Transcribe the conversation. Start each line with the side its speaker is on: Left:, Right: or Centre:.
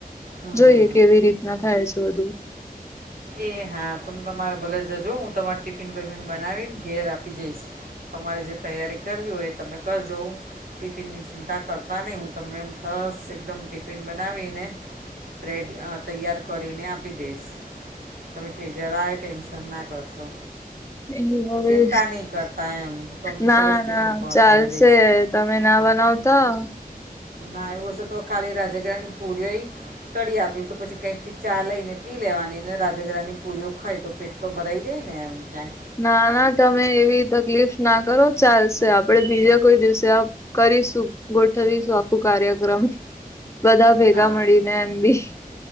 Right: હમ
Left: જોઈએ કેવી રીતના થાય છે, બધું
Right: એ હા તમે તમારે ભલે જજો, હું તમારે ટિફિન, બિફિન બનાવીને ઘેર આપી જઈશ. તમારે જે તૈયારી કરવી હોય, એ તમે કરજો હું. ટિફિન ની ચિંતા કરતા નહી, હું તમને સરસ એકદમ ટિફિન બનાવીને. સ્પ્રેડ તૈયાર કરીને આપી દઈશ. તમે અત્યારે જરાય ટેન્શન ના કરશો.
Left: એ હવે
Right: ચિંતા નહીં કરતા એમ તમને
Left: ના
Right: સરસ ટિફિન
Left: ના
Right: પહોંચાડી
Left: ચાલશે.
Right: દઈશ
Left: તમે ના બનાવતા.
Right: ના એવું હસે તો કાલે રાજગરાની પૂરી આઈ કરી આપીશું તો પછી કંઈક થી ચા લઈ ને પી લેવાનીને રા ઝઘડાની પુરીઓ ખાય તો પેટ તો ભરાઈ જાય ને એમ ક્યાંય.
Left: ના ના તમે એવી તકલીફ ના કરો, ચાલશે આપડે બીજા કોઈ દિવસે. કરીશું ગોઠવીશું આખું કાર્યક્રમ બધા ભેગા
Right: ના
Left: મળીને એમ ભી.